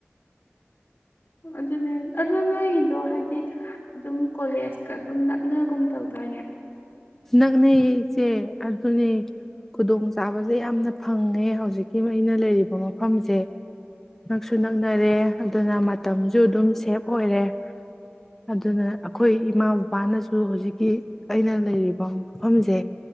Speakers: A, on the left; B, in the centre.
A: ꯑꯗꯨꯅꯦ ꯑꯗꯣ ꯅꯣꯏꯒꯤꯗꯣ ꯍꯥꯏꯗꯤ ꯑꯗꯨꯝ ꯀꯣꯂꯦꯖꯀ ꯑꯗꯨꯝ ꯅꯛꯅꯒꯨꯝ ꯇꯧꯗꯥꯏꯅꯦ
B: ꯅꯛꯅꯩꯌꯦ ꯆꯦ ꯑꯗꯨꯅꯦ ꯈꯨꯗꯣꯡ ꯆꯥꯕꯁꯦ ꯌꯥꯝꯅ ꯐꯪꯉꯦ ꯍꯧꯖꯤꯛꯀꯤ ꯑꯩꯅ ꯂꯩꯔꯤꯕ ꯃꯐꯝꯁꯦ ꯅꯛꯁꯨ ꯅꯛꯅꯔꯦ ꯑꯗꯨꯅ ꯃꯇꯝꯁꯨ ꯑꯗꯨꯝ ꯁꯦꯞ ꯑꯣꯏꯔꯦ ꯑꯗꯨꯅ ꯑꯈꯣꯏ ꯏꯃꯥ ꯕꯕꯥꯅꯁꯨ ꯍꯧꯖꯤꯛꯀꯤ ꯑꯩꯅ ꯂꯩꯔꯤꯕ ꯃꯐꯝꯁꯦ